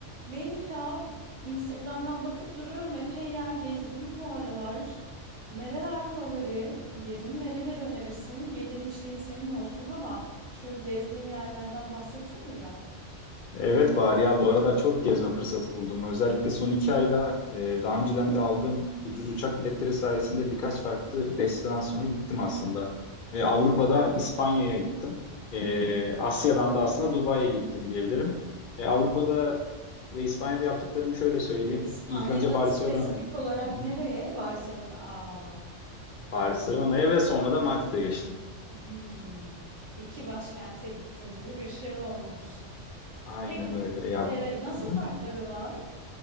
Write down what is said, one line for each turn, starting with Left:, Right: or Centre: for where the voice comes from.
Right: Melih ya Instagram'dan bakıp duruyorum epey yer gezdin bu aralar. Nereler favori yerin? Nereleri önerirsin? Yedin içtiğin senin olsun ama şu gezdiğin yerlerden bahsetsene biraz.
Left: Evet Bahar ya bu aralar çok gezme fırsatı buldum. Özellikle son iki ayda e, daha önceden de aldığım ucuz uçak biletleri sayesinde birkaç farklı destinasyona gittim aslında. E, Avrupa'da İspanya'ya gittim. E, Asya'dan da aslında Dubai'ye gittim diyebilirim. E, Avrupa'da ve İspanya'da yaptıklarımı şöyle söyleyeyim.
Right: İspanya'da
Left: İlk önce Barcelona.
Right: spesifik olarak
Left: Hı hı.
Right: nereye? Barcelona. Aa.
Left: Barcelona'ya ve sonra da Madrid'e geçtim.
Right: Hmm. İki başkente gittin gibi bir şey olmuş.
Left: Aynen
Right: Peki
Left: öyle ya.
Right: evet nasıl
Left: Hı hı.
Right: farkları var?